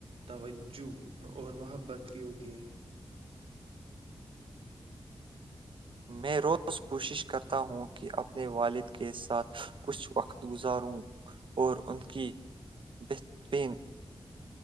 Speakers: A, on the right; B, on the right.
A: توجہ اور محبت کی ہوتی ہے
B: میں روز کوشش کرتا ہوں کہ اپنے والد کے ساتھ کچھ وقت گزاروں اور ان کی بہترین